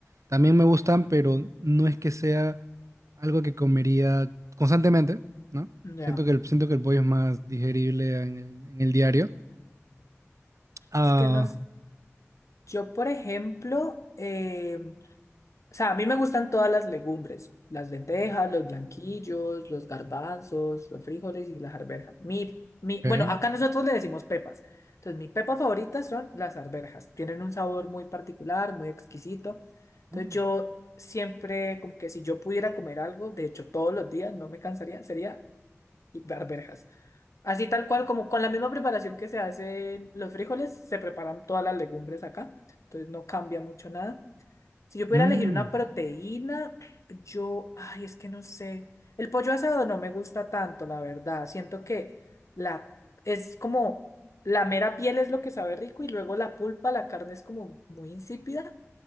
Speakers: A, on the right; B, on the left.
A: también me gustan, pero no es que sea algo que comería constantemente, ¿no?
B: ya.
A: Siento que el, siento que el pollo es más digerible en el, en el diario. Ah,
B: Es que nos, yo por ejemplo, em, O sea, a mí me gustan todas las legumbres, las lentejas, los blanquillos, los garbanzos, los frijoles y las arvejas. Mi, mi,
A: ok.
B: bueno, acá nosotros le decimos pepas. Entonces, mis pepas favoritas son las arvejas. Tienen un sabor muy particular, muy exquisito. Entonces,
A: Mm,
B: yo siempre, como que si yo pudiera comer algo, de hecho, todos los días, no me cansaría, sería arvejas. Así tal cual, como con la misma preparación que se hacen los frijoles, se preparan todas las legumbres acá. Entonces, no cambia mucho nada. Si yo pudiera
A: mm,
B: elegir una proteína, yo, ay, es que no sé. El pollo asado no me gusta tanto, la verdad. Siento que la es como la mera piel es lo que sabe rico y luego la pulpa, la carne es como muy insípida.